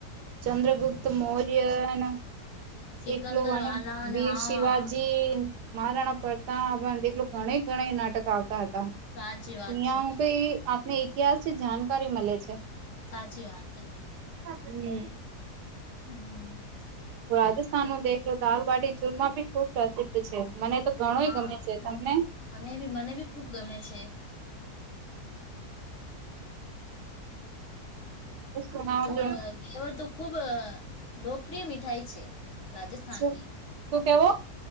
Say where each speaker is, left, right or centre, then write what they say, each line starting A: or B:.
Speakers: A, on the right; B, on the left.
A: ચંદ્રગુપ્ત મૌર્યન
B: સિકંદર
A: એક લોહને
B: વાલા અને
A: વીર
B: હા
A: શિવાજી મારાણા પ્રતાપ એકલો ઘણે ઘણે નાટક આવતા હતા.
B: સાચી વાત
A: અહંયા
B: છે.
A: હું કઈ આપને ઇતિહાસ ની જાણકારી મળે છે.
B: સાચી વાંત હે.
A: હમ્મ
B: હમ્મ હમ્મ
A: હું રાજસ્થાન નું દેખયો દાલબાટી ચુરમા ભી ખુબ પ્રસિદ્ધ છે, મને તો ઘણોય
B: હા,
A: ગમે છે તમને
B: મનેબી મનેબી ખુબ ગમે છે.
A: શું સુણાવજો
B: ઓર ધેવર તો ખુબ અ લોકપ્રિય મીઠાઈ છે, રાજસ્થાનની.
A: શું શું કેવો?